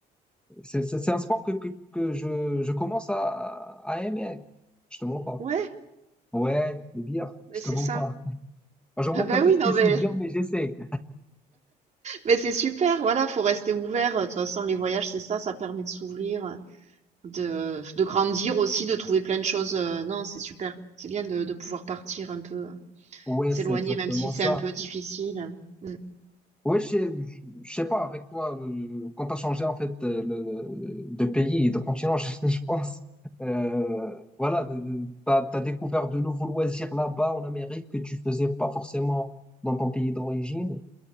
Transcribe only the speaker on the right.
ouais,
mais
c'est
ça.
Ah
ben
oui,
non, mais,
mais c'est super, voilà, faut rester ouvert. De toute façon, les voyages, c'est ça, ça permet de s'ouvrir, de, de grandir aussi, de trouver plein de choses. euh, Non, c'est super. C'est bien de, de pouvoir partir un peu, euh,
s'éloigner,
même si c'est
un peu difficile. Mm.